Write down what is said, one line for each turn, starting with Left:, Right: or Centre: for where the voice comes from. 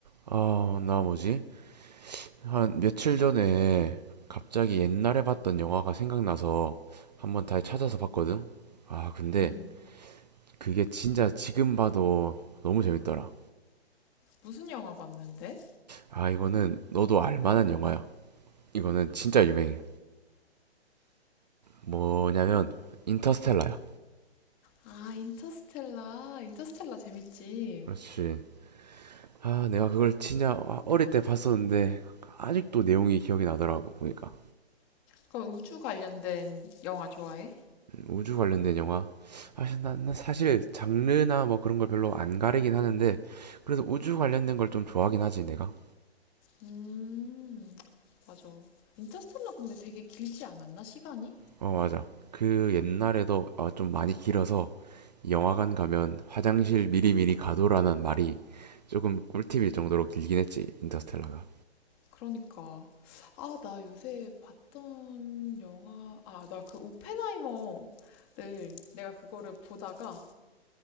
Right: 아, 나 뭐지? 한 며칠 전에 갑자기 옛날에 봤던 영화가 생각나서 한번 다시 찾아서 봤거든? 아, 근데
Left: 응.
Right: 그게 진짜 지금 봐도 너무 재밌더라.
Left: 무슨 영화 봤는데?
Right: 아, 이거는 너도 알 만한 영화야. 이거는 진짜 유명해. 뭐냐면, 인터스텔라야.
Left: 아, 인터스텔라. 인터스텔라 재밌지.
Right: 그렇지. 아, 내가 그걸 진짜 어, 어릴 때 봤었는데, 아직도 내용이 기억이 나더라고, 보니까.
Left: 그럼 우주 관련된 영화 좋아해?
Right: 우주 관련된 영화. 아, 난, 난 사실 장르나 뭐 그런 걸 별로 안 가리긴 하는데, 그래도 우주 관련된 걸 좀 좋아하긴 하지, 내가.
Left: 음, 맞아. 인터스텔라 근데 되게 길지 않았나, 시간이?
Right: 어, 맞아. 그 옛날에도 아, 좀 많이 길어서 영화관 가면 화장실 미리미리 가도라는 말이 조금 꿀팁일 정도로 길긴 했지, 인터스텔라가.
Left: 그러니까. 아, 나 요새 봤던 영화, 아, 나 그 오펜하이머를 내가 그거를 보다가